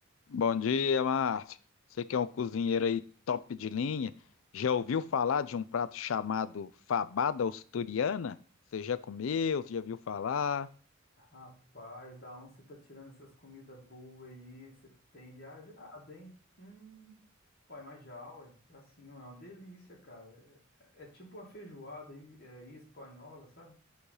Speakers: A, on the left; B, on the left.
A: Bom dia, Márcio. Você que é um cozinheiro aí top de linha, já ouviu falar de um prato chamado fabada asturiana? Você já comeu? Você já viu falar?
B: Rapaz, da onde você tá tirando essas comidas boas aí? Você tem viajado, hein? Hum. Uai, mas já, uai, já sim, ué, é uma delícia, cara. É, é tipo uma feijoada aí, é, aí espanhola, sabe?